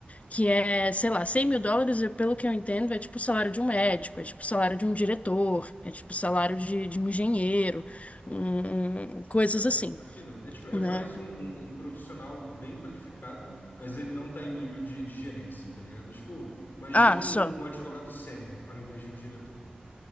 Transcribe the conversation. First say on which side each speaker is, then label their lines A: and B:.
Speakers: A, on the left; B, on the left.
A: que é, sei lá, 100 mil dólares, eu- pelo que eu entendo, é tipo o salário de um médico, é tipo o salário de um diretor, é tipo o salário de, de um engenheiro, um- um- coisas
B: Ah,
A: assim,
B: Aqui não. É, tipo, é
A: né?
B: mais um, um- um profissional bem qualificado, mas ele não tá em nível de, de gerência, tá ligado? Tipo, imagina
A: Ah,
B: um,
A: só.
B: um um advogado sênior ao invés de um diretor.